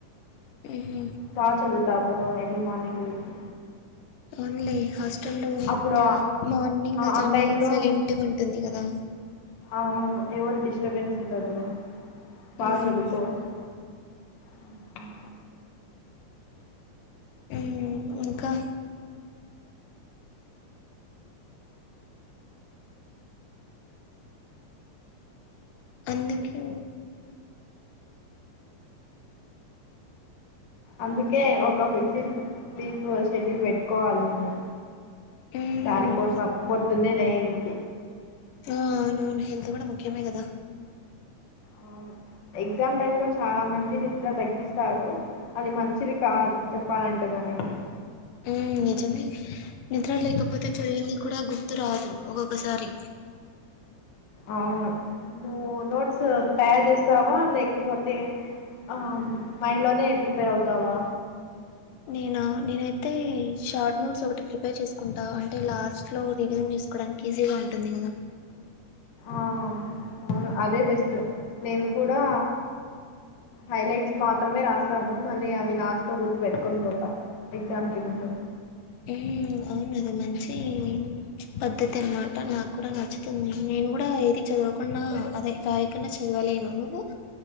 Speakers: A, on the left; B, on the left.
A: ఉహు,
B: బాగా చదువుతా అప్పుడు ఎర్లీ మార్నింగ్ లేచి.
A: అవున్లే హాస్టల్ లో
B: అప్పుడు
A: మార్నింగ్
B: ఆ
A: చనా
B: టైంలో
A: సైలెంట్ట్ గుంటుంది గదా.
B: అవును ఎవరు డిస్టబెన్స్ ఉండదు బాగా
A: మ్మ్
B: చదువుకోవొచ్చు. ఉమ్ మ్.
A: ఉమ్ ఇంకా. అందుకే.
B: అందుకే ఒక ఫిక్స్డ్ స్లీప్ షెడ్యూల్ పెట్టుకోవాలి నేను.
A: మ్మ్
B: దాని కోసం పొద్దున్నేలేనింకి.
A: ఆ అవునవును హెల్త్ గూడ ముఖ్యమే గదా
B: అవును ఎగ్జామ్ టైం లో చానా మంది నిద్ర తగ్గిస్తారు అది మంచిది కాదు చెప్పాలన్ ఎంతగానేకి
A: మ్మ్ నిజమే నిద్ర లేకపోతే చదివింది కూడ గుర్తు రాదు ఒక్కొక్కసారి.
B: అవును నువ్వు నోట్స్ తయారు చేస్తావా లేకపోతే. ఆహ్ మైండ్ లోనే ప్రిపేర్ అవుతావా.
A: నేనా నేనైతే షార్ట్ నోట్స్ ఒకటి ప్రిపేర్ చేసుకుంటా అంటే లాస్ట్ లో రివిజన్ చె సుకోడానికి ఈజీగా ఉంటుంది గదా
B: ఆహ్ అవును అదే బెస్ట్ నేను కూడా హైలైట్స్ మాత్రమే రాస్తాను మళ్ళీ అవి లాస్ట్ లో గుర్తు పెట్టుకొని పోతా ఎగ్జామ్ కి ముందు
A: ఎహ్ అవును అది మంచి పద్ధతి అనమాట నాకు కూడా నచ్చుతుంది నేను కూడా ఏది చదవకుంన్నా అదే రాయకుండా చదవలేను నువ్వు